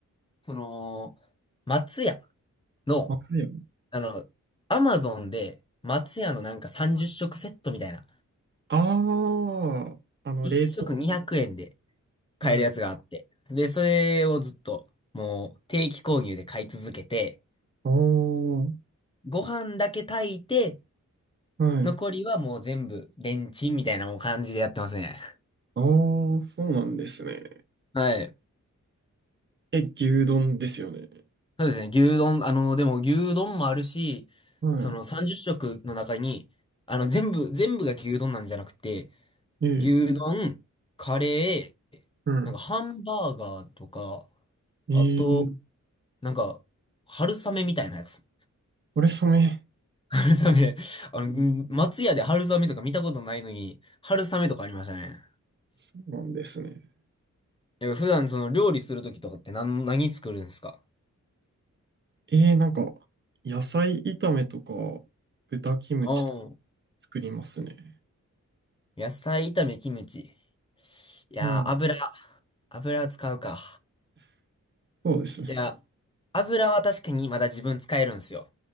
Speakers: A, on the left; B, on the right.
A: その、松屋の、
B: まずいよね。
A: あの、アマゾンで松屋のなんか30食セットみたいな、
B: ああ、あの、
A: 1食200円で
B: 冷凍。
A: 買えるやつがあって、
B: はい。
A: で、それをずっと、もう定期購入で買い続けて、
B: ああ、
A: ご飯だけ炊いて、
B: はい。
A: 残りはもう全部レンチンみたいなもう感じでやってますね。
B: ああー、そうなんですね。
A: はい。
B: え、牛丼ですよね。
A: そうですね。牛丼、あの、でも牛丼もあるし、
B: は
A: そのはい。30食の中に、あの、全部、全部が牛丼なんじゃなくて、
B: い。ええ、
A: 牛丼、カレー、
B: うん。
A: なんかハンバーガーとか、
B: ええ、
A: あと、なんか、春雨みたいなやつ。
B: これ染め。
A: <laughs> 春雨。あの、
B: うん
A: うん松屋で春雨とか見たことないのに、春雨とかありましたね。
B: そうなんですね。
A: いや普段その料理するときとかって何、何作るんですか
B: ええ、なんか、野菜炒めとか、豚キムチとか
A: うん。
B: 作りますね。
A: 野菜炒め、キムチ。いやー、
B: はい。
A: 油、油使うか。
B: そうですね。
A: いや、油は確かにまだ自分使えるんですよ。